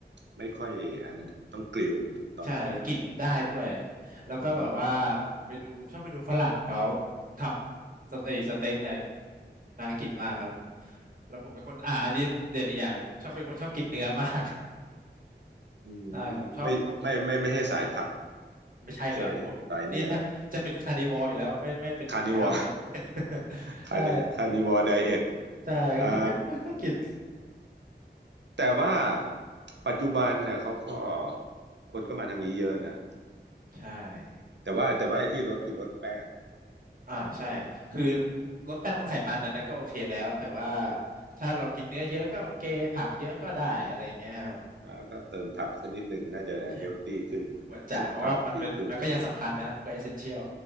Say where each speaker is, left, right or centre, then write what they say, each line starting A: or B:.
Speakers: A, on the right; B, on the right.
A: ไม่ค่อยอันนั้นต้องกริลถูกต้อง
B: ใช่แล้วกลิ่นมันได้ด้วยแล้วก็แบบว่าผมไปดูชอบไปดูฝรั่งเขา
A: อืม
B: ทำสเต็กสเต็กเนี่ยน่ากินมากครับผมแล้วผมเป็นคนอ่าอันนี้เด่นอีกอย่างหนึ่งผมชอบเป็นคนชอบกินเนื้อมาก <laughs>
A: อืมไม่ไม่ไม่ไม่ไม่ใช่สายผัก
B: ใช่ผมชอบผมไม่ใช่เลยผมนี่แทบจะเป็นคาร์นิวอร์อยู่แล้วไม่ไม่เป็นฮาร์บ
A: สายสายเนื้อคานิวอร์
B: <laughs>
A: คา
B: ใช่
A: <laughs> นิคานิวอร์ไดเอท
B: ใช่คือไม่ไม่ค่อยกิน
A: อ่าแต่ว่าปัจจุบันเนี่ยเขาก็คนก็มาทางนี้เยอะนะ
B: ใช่
A: แต่ว่าแต่ว่าไอ้ที่ลดคือลดแป้ง
B: อ่าใช่คือลดแป้งลดไขมันนั้นนะก็โอเคแล้วแต่ว่าถ้าเรากินเนื้อเยอะก็โอเคผักเยอะก็ได้อะไรเงี้ยครับผม
A: อ่าก็เติมผักสักนิดหนึ่งน่าจะเฮลตี้ขึ้นอ่าสุขภาพดีขึ้น
B: ใช่ควรจะเพราะว่ามันเป็นมันก็ยังสำคัญนะมันก็เอเซนเชียล